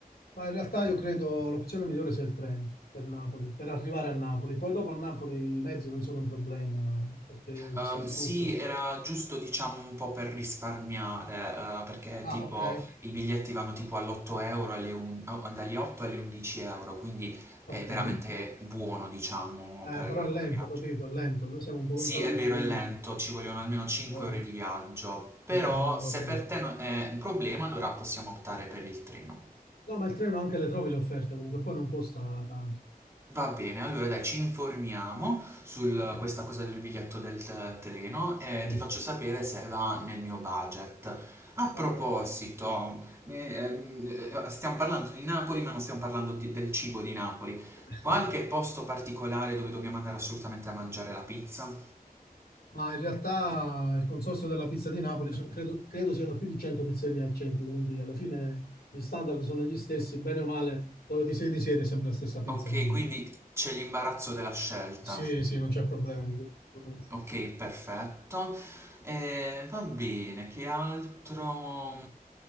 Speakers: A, on the left; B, on the right.
A: ma in realtà io credo l'opzione migliore sia il treno per Napoli, per arrivare a Napoli. Poi dopo a Napoli i mezzi non sono un problema, perché
B: Ehm,
A: ci sta di
B: sì,
A: tutto.
B: era giusto diciamo un po' per risparmiare, eh, perché
A: Ah,
B: tipo
A: ok.
B: i biglietti vanno tipo all'8 euro, alle un- o- dagli 8 alle 11 euro, quindi è
A: Ok,
B: veramente
A: Eh,
B: buono diciamo per
A: però è lento,
B: come viaggio.
A: capito? È lento. Noi siamo un po'
B: Sì,
A: lontanucci,
B: è vero,
A: quindi
B: è lento, ci vogliono almeno 5
A: eh,
B: ore di viaggio, però
A: no, non
B: se
A: va bene.
B: per te non è un problema allora possiamo optare per il treno.
A: No, ma il treno anche le trovi le offerte, comunque poi non costa tanto.
B: Va bene, allora dai, ci informiamo su
A: Ok.
B: questa cosa del biglietto del t- treno e
A: ok.
B: ti faccio sapere se va nel mio budget. A proposito,
A: Va bene, va bene.
B: eh, eh, stiamo parlando di Napoli, ma non stiamo parlando di- del cibo di Napoli.
A: <laughs>
B: Qualche posto particolare dove dobbiamo andare assolutamente a mangiare la pizza?
A: Ma in realtà il consorzio della pizza di Napoli so- credo, credo siano più di 100 pizzerie al centro, quindi alla fine gli standard sono gli stessi, bene o male, dove ti siedi siete sempre la stessa pizza,
B: Ok,
A: quindi
B: quindi
A: no.
B: c'è l'imbarazzo della scelta.
A: sì, sì, non c'è problema di quello.
B: Ok, perfetto. Eh, va bene, che altro?